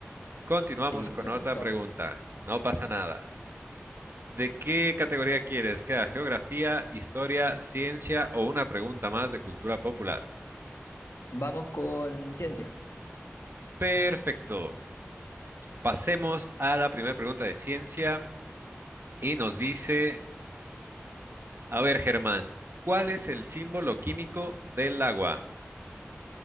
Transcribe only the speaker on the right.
Continuamos
con
otra
pregunta. No pasa nada. ¿De qué categoría quieres? ¿Queda geografía, historia, ciencia o una pregunta más de cultura popular?
Perfecto. Pasemos a la primera pregunta de ciencia y nos dice, a ver, Germán, ¿cuál es el símbolo químico del agua?